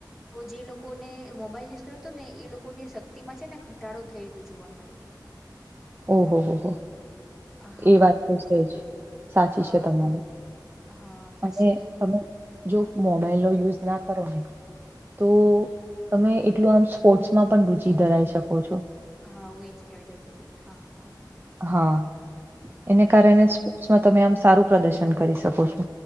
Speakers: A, in the centre; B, on the right.
A: તો જે લોકોને મોબાઈલ તો તો ને એ લોકોની શક્તિમાં છે ને ઘટાડો થયેલો જોવા મળ્યો
B: ઓહો હો
A: હા
B: એ વાત તો છે જ સાચી
A: હા
B: છે તમારી
A: હા પછી
B: અને તમે જો મોબાઈલનો યુઝ ના કરો ને તો
A: હમ
B: તમે એટલું આમ સ્પોર્ટ્સમાં પણ રુચી ધરાવી શકો છો
A: હા હું એજ કેવાય જાતિતી હા હા
B: હા એને કારણે
A: કારણ
B: સ્પોર્ટસમાં તમે આમ સારું પ્રદર્શન કરી શકો છો